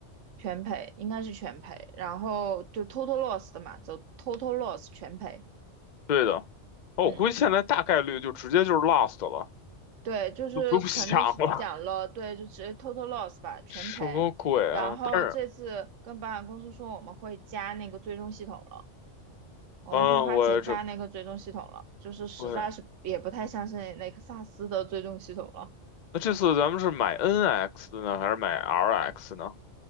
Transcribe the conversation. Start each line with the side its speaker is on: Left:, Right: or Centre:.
Right: 全赔应该是全赔，然后就 total loss 的嘛，走 total loss 全赔，
Left: 对的。哦，
Right: 嗯。
Left: 我估计现在大概率就直接就是 Lost 了，
Right: 对，就是肯定是讲了，
Left: 就 <laughs> 不用想了。
Right: 对，就直接 total loss 吧，全赔。
Left: 什么鬼啊？
Right: 然后这次跟保险公司说我们会加那个追踪系统了，
Left: 但是，
Right: 我们会花钱加那个追踪系统了，
Left: 嗯，我也这
Right: 就是实在是也不太相信雷克
Left: 对。
Right: <laughs> 萨斯的追踪系统了。
Left: 那这次咱们是买 NX 呢，还是买 RX 呢